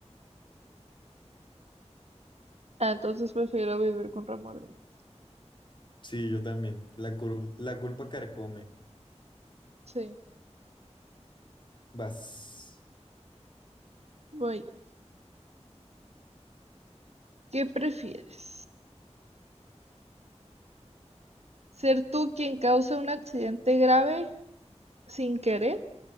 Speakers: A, on the right; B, on the left.
A: Ah, entonces prefiero vivir con remordimiento.
B: Sí, yo también. La, cul- la culpa carcome.
A: Sí,
B: Vas.
A: voy yo. ¿Qué prefieres? ¿Ser tú quien causa un accidente grave sin querer